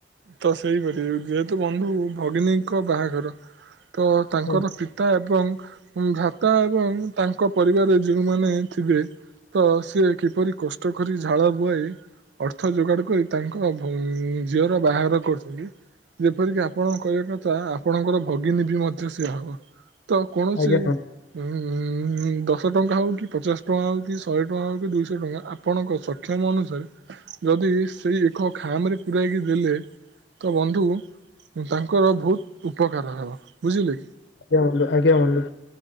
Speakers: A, on the right; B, on the left.
A: ତ ସେଇପରି ଯେହେତୁ ବନ୍ଧୁ ଭଗିନୀଙ୍କ ବାହାଘର ତ ତାଙ୍କର
B: ହୁଁ
A: ପିତା ଏବଂ ଭ୍ରାତା ଏବଂ ତାଙ୍କ ପରିବାରରେ ଯୋଉଁମାନେ ଥିବେ ତ ସିଏ କିପରି କଷ୍ଟ ପୋଖରୀ ଝାଳ ବୁହେଇ ଅର୍ଥ ଯୋଗାଡ କରି ତାଙ୍କ ଭୋଉ ଝିଅର ବାଘର କରୁ ଯେପରିକି ଆପଣଙ୍କ କହିବା କଥା ଆପଣଙ୍କର ଭଗିନୀ ବି ମଧ୍ୟ ସେ ହବ। ତ କୌଣସି
B: ଆଜ୍ଞା ହଁ
A: ଉଁ ହଁ ଦଶ ଟଙ୍କା ହୋଉ କି ପଚାଶ ଟଙ୍କା ହୋଉ କି ଶହେ ଟଙ୍କା ହୋଉ କି ଦୁଇଶହ ଟଙ୍କା ଆପଣଙ୍କ ସକ୍ଷମ ଅନୁସାରେ ଯଦି ସେଇ ଏକ ଖାମରେ ପୂରାଇକି ଦେଲେ ତ ବନ୍ଧୁ ତାଙ୍କର ବୋହୁତ ଉପକାର ହବ ବୁଝିଲେକି
B: ଆଜ୍ଞା ବନ୍ଧୁ ଆଜ୍ଞା ବନ୍ଧୁ।